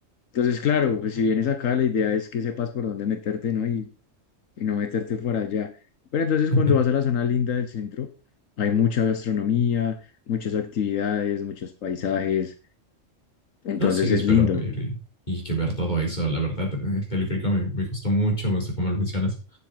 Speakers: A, on the left (about 85°); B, on the left (about 35°).
A: Entonces, claro, pues si vienes acá, la idea es que sepas por dónde meterte, ¿no? Y, y no meterte por allá. Pero entonces
B: <laughs>
A: cuando vas a la zona linda del centro, hay mucha gastronomía, muchas actividades, muchos paisajes, entonces
B: No, sí, espero
A: es lindo,
B: ir y, y que ver todo eso. La verdad, el teleférico me, me gustó mucho, me gustó como lo mencionas.